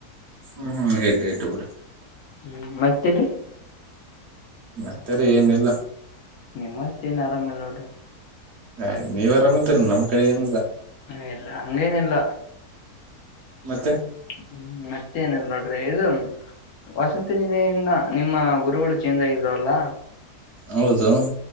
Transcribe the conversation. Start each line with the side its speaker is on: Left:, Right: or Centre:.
Right: ಹ್ಮ್ ಹ್ಮ್ಏ ತುಡ
Left: ಹ್ಮ್ ಮತ್ತೇಲ್
Right: ಮತ್ತರ ಏನಿಲ್ಲ
Left: ನಿಮಸ್ೇ ಏನ್ ಆರಾಮಲ್ಲ ನೋಡ್ರಿ
Right: ಹ ನೀವ್ರಾಮದ್ರ ನಮ್ ಕಡೆ ಏನದಾ
Left: ಹಲ್ಲ ಅಂಗೇನಲ್ಲ
Right: ಮತ್ತೆ
Left: ಹ್ಮ್ ಮತ್ತೇ ನಿಲ್ಲ ನೋಡ್ರಿ ಇದು ವಸಂತ ನಿಲೆಯಿಂದ ನಿಮ್ಮ ಗುರುಗಳು ಚೇಂಜ್ ಆಗಿದ್ರುಲ್ಲ
Right: ಹೌದು